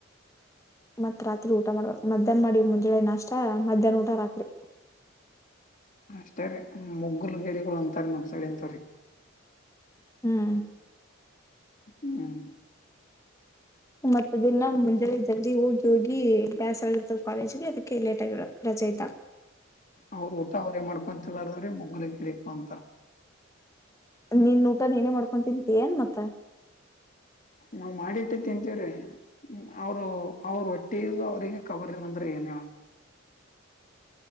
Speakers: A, on the left (about 15°); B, on the left (about 40°).
A: ಮತ್ ರಾತ್ರಿ ಊಟ ಮಾಡ್ಬೇಕ ಮಧ್ಯಾಹ್ನ ಮಾಡಿ ಮುಂಜಳೆ ನಷ್ಟ ಮಧ್ಯಾಹ್ನ ಊಟ ರಾತ್ರಿ. <inaudible>
B: ಅಷ್ಟೇ ರಿ ಮುಗ್ಗಲಗೇಡಿಗಳು ಅಂತಾರ ನಮ್ ಸೈಡ್ ಅಂತವ್ರೀಗಿ
A: ಹ್ಮ್
B: ಹ್ಮ್
A: ಮತ್ತ ದಿನ ಮುಂಜಾನೆ ಜಲ್ದಿ ಹೋಗಿ ಹೋಗಿ ಬ್ಯಾಸರ ಆಗಿರ್ತದೆ ಕಾಲೇಜ್ಗೆ ಅದಕ್ಕೆ ಲೇಟ್ ಆಗಿರ. ಚೈತಾಳ
B: ಅವ್ರ ಊಟ ಅವ್ರೇ ಮಾಡ್ಕೊಂತಲ್ಲಾರದ್ರೀ ಮುಗಲಗೆಡಿ ಪ ಅಂತಾರ.
A: ನೀನ್ ಊಟ ನೀನೇ ಮಾಡ್ಕೊಂತಿಂತಿ ಏನಮತ್ತ.
B: ನಾವ್ ಮಾಡಿಟ್ಟದ ತಿಂತೀವ್ರೀ. ಅವ್ರು ಅವರು ಹೊಟ್ಟಿದ ಅವ್ರಿಗೆ ಕಬರಿ ಇಲ್ಲ ಅಂದ್ರೆ ಏನ್ ಹೇಳಬೇಕ.
A: <inaudible>